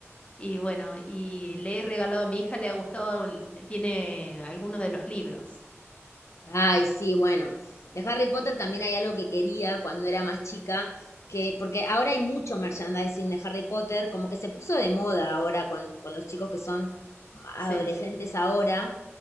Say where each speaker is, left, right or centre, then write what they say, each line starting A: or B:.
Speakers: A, on the left; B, on the left.
A: y bueno, y le he regalado a mi hija, le ha gustado, l- tiene algunos de los libros.
B: Ay, sí, bueno. De Harry Potter también hay algo que quería cuando era más chica, que, porque ahora hay mucho merchandising de Harry Potter, como que se puso de moda ahora con, con los chicos que son
A: Sí,
B: adolescentes ahora.